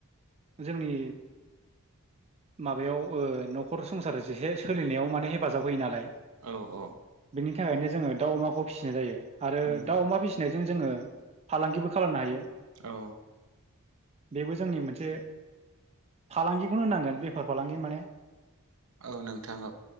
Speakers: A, on the right; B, on the right.
A: जोंनि माबायाव ओ न'खर संसार जेहे सोलिनायाव माने हेफाजाब होयो नालाय।
B: औ-औ।
A: बेनि थाखायनो जोङो दाउ अमाखौ फिसिनाय जायो आरो
B: उम
A: दाउ अमा फिसि नायजों जोङो फालांगिबो खालामनो हायो।
B: औ।
A: बेबो जोंनि मोनसे फालांगिखौनो होनांगोन बेफार फालांगि माने।
B: औ नोंथां औ।